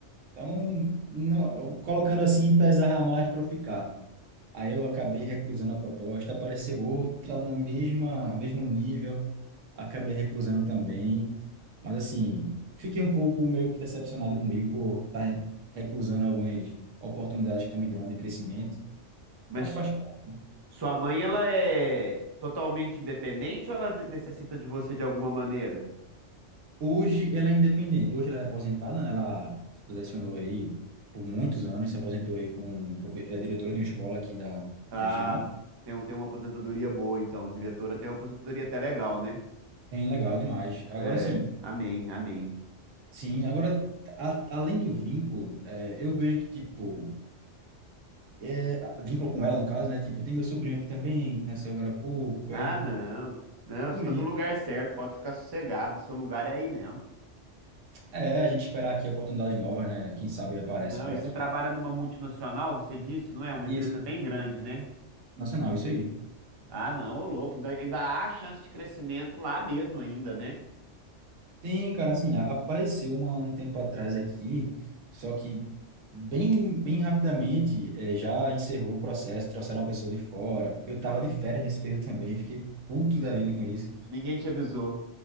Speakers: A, on the right; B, on the right.
A: Então, não, eu- colocando assim, pesar mais para eu ficar. Aí eu acabei recusando a proposta, apareceu outra na mesma, mesmo nível, acabei recusando também. Mas assim, fiquei um pouco meio que decepcionado comigo por estar recusando algumas oportunidades que estão me dando de crescimento,
B: Mas
A: mas faz parte.
B: Sua mãe, ela é totalmente independente ou ela de- necessita de você de alguma maneira?
A: Hoje ela é independente, hoje ela é aposentada, né? Ela lecionou aí por muitos anos, se aposentou aí com um profe- é, diretora de uma escola aqui da,
B: Ah,
A: da região.
B: tem, um- tem uma aposentadoria boa, então. Diretora tem uma aposentadoria até legal, né?
A: Bem legal demais. Agora
B: É,
A: sim,
B: amém, amém.
A: Sim, agora, a- além do vínculo, é, eu vejo que, tipo, é, vínculo com ela, no caso, né? Tipo, tem meu sobrinho aqui também, que nasceu agora há pouco,
B: Ah,
A: aí,
B: não. Não, você
A: e
B: tá
A: aí,
B: no lugar certo, pode ficar sossegado, seu lugar é aí mesmo.
A: é, a gente esperar aqui oportunidades novas, né? Quem sabe aparece
B: Não,
A: por
B: e
A: aqui.
B: você trabalha numa multinacional, você disse, não é? Uma empresa
A: Isso,
B: bem grande, né?
A: nacional, isso aí.
B: Ah, não, ô louco, ainda, ainda há chance de crescimento lá mesmo ainda, né?
A: Tem, cara, assim, a- apareceu uma, um tempo atrás aqui, só que bem, bem rapidamente é, já encerrou o processo, trouxeram uma pessoa de fora. Eu tava de férias nesse período também, fiquei puto da vida com isso.
B: Ninguém te avisou.